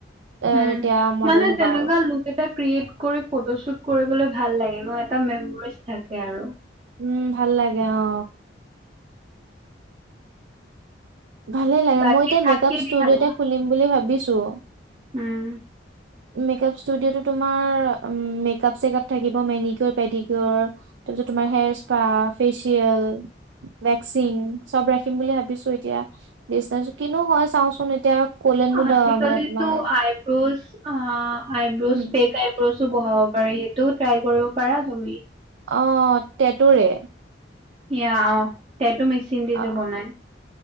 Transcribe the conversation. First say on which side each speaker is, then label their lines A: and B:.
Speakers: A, on the right; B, on the right.
A: এ
B: উম,
A: তেতিয়া মডেল
B: মানে
A: হ'বা
B: তেনেকুৱা
A: আৰু
B: লুক এটা ক্ৰিয়েট কৰি ফটোশ্বুট কৰিবলে ভাল লাগে। এটা মেম'ৰিছ থাকে আৰু।
A: উম, ভাল লাগে অ, ভালে লাগে,
B: বাকী
A: মই এতিয়া
B: ভাত
A: মেকআপ
B: কিহেদি
A: ষ্টুডিঅ'
B: খালা?
A: এটা খুলিম বুলি ভাবিছোৱেই।
B: উম,
A: মেকাপ ষ্টুডিঅ'ত তোমাৰ মেকাপ-চেকাপ থাকিব মেনিকিয়ৰ, পেডিকিয়ৰ। তাৰ পিছত তোমাৰ, হেয়াৰ স্পা, ফেচিয়েল ভেক্সিং, চব ৰাখিম বুলি ভাবিছো এতিয়া। ডিছকাছ কৰি কিনো হয় চাওচোন এতিয়া। কলেনো
B: আজিকালিতো
A: দা মানে তোমাৰ
B: আইব্ৰ'জ, অ, আইব্ৰজ,
A: উম
B: ফেক আইব্ৰজ বহাব পাৰি, সেইটোও ট্ৰাই কৰিব পাৰা তুমি।
A: অ, টেটৰে।
B: সেয়া অ' সেইটো মেচিন দি
A: অ
B: যে বনায়।